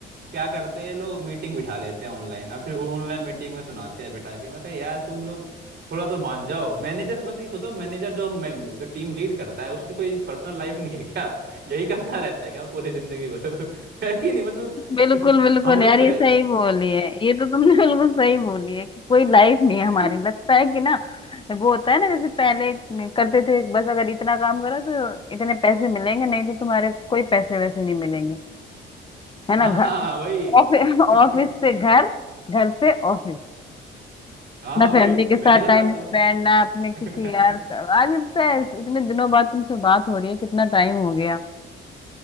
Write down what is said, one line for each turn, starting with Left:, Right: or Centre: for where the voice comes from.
Right: क्या करते हैं लोग मीटिंग बिठा लेते हैं ऑनलाइन और फिर ऑनलाइन मीटिंग में सुनाते हैं बैठा के मैं कहा यार तुम लोग थोड़ा तो मान जाओ मैनेजर मतलब ये सोचो मैनेजर जो मैं जो टीम लीड करता है उसकी कोई पर्सनल लाइफ नहीं है क्या यही करता रहता है क्या पूरे जिंदगी भर <laughs> है कि नहीं मतलब
Left: बिल्कुल बिल्कुल
Right: <laughs> हम लोग
Left: यार
Right: परे
Left: ये सही बोली है ये तो तुमने <laughs> बिल्कुल सही बोली है कि कोई लाइफ नहीं
Right: <laughs>
Left: है हमारी लगता है कि ना वो होता है ना जैसे पहले करते थे बस अगर इतना काम करो तो इतने पैसे मिलेंगे नहीं तो तुम्हारे कोई पैसे वैसे नहीं मिलेंगे है ना
Right: हाँ
Left: घर
Right: हाँ वही
Left: ऑफिस <laughs> ऑफिस
Right: <laughs> हाँ
Left: से घर घर से ऑफिस
Right: हाँ
Left: ना
Right: वही
Left: फैमिली के साथ
Right: मैनेजर
Left: टाइम
Right: लग तुम
Left: स्पेंड ना अपने किसी
Right: <laughs>
Left: यार का- आज भी पता है इतने दिनों बाद तुमसे बात हो रही है कितना टाइम हो गया